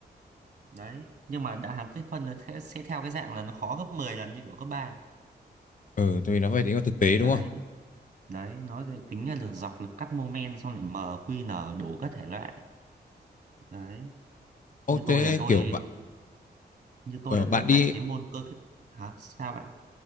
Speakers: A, on the right; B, on the left.
A: đấy nhưng mà đạo hàm tích phân nó sẽ, sẽ theo cái dạng là nó khó gấp 10 lần như kiểu cấp ba
B: ừ tại vì nó phải tính vào thực tế đúng
A: đấy
B: không
A: đấy nó sẽ tính là lực dọc lực cắt moment xong lại m q n đủ các thể loại đấy
B: ô
A: như tôi
B: thế
A: là tôi
B: kiểu bạn
A: như tôi
B: ờ,
A: là
B: bạn
A: tôi
B: đi
A: tạch cái môn cơ kết hả sao bạn